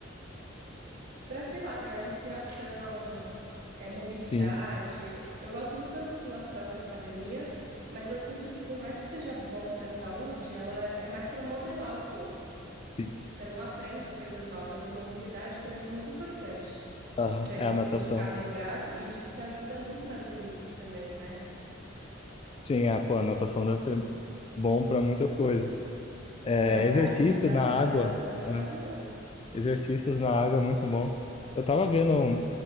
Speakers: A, on the right (about 50°); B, on the left (about 30°).
A: para sei lá, para respiração, é, mobilidade.
B: Sim,
A: Eu gosto muito da musculação de academia, mas eu sinto que por mais que seja bom pra saúde, ela é mais para modelar o corpo.
B: sim.
A: Você não aprende coisas novas e mobilidade para mim é muito importante.
B: Aham,
A: Tipo, você
B: é
A: conseguir
B: a natação.
A: esticar bem o braço e diz que ajuda muito na velhice também, né?
B: Sim, é, pô, a natação deve ser bom para muitas coisas. É,
A: É, o cardiorrespiratório
B: exercício na água.
A: da natação é
B: tá?
A: maravilhoso.
B: Exercícios na água é muito bom. Eu tava vendo, um-